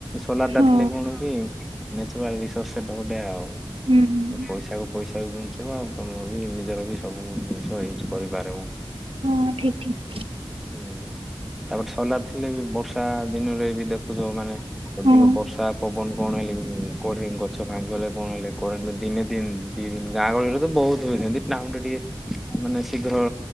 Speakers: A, in the centre; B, on the right.
A: ସୋଲାର
B: ହଁ
A: ଟା ଥିଲେ କଣ କି? ସେମାନେ ରି ସ ସେଟେ ଆଉ।
B: ହୁଁ ହୁଁ।
A: ପଇସାକୁ ପଇସା ବି ବଞ୍ଚିବ ଆଉ ତୁମର ବି ନିଜର ବି ସବୁ ଜିନିଷ ୟୁଜ୍ କରିପାରିବ।
B: ହଁ ଠିକ୍ ଠିକ୍।
A: ହୁଁ ତାପରେ ସୋଲାର ଥିଲେ ବି ବର୍ଷା ଦିନରେ ବି ଦେଖୁଥିବ ମାନେ ଅଧିକ
B: ହଁ
A: ବର୍ଷା ପବନ କଣ ହେଲେ କଢେଇକ ଗଛ ଫାଙ୍ଗିଗଲେ କଣ ହେଲେ କରେଣ୍ଟେ ଦିନେ ତିନି ଦି ଦିନି ଗାଁ ଗହଳିରେ ତ ବହୁତୁ ହୁଏ ସେମିତି ଟାଉନୁ ରେ ଟିକେ ମାନେ ଶୀଘ୍ର